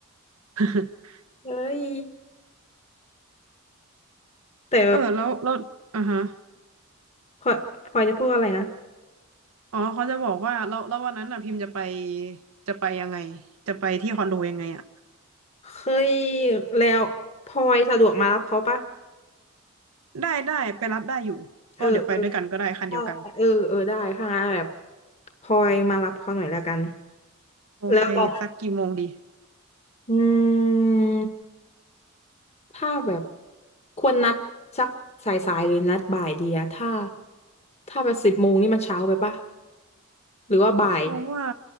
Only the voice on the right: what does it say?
<laughs>
เออแล้วแล้วอ่ะฮะ
อ๋อเขาจะบอกว่าแล้วแล้ววันนั้นอ่ะพิมพ์จะไปจะไปยังไงจะไปที่คอนโดยังไงอ่ะ
ได้ได้ไปรับได้อยู่ก็เดี๋ยวไปด้วยกันก็ได้คันเดียวกัน
โอเคสักกี่โมงดี
เขาว่า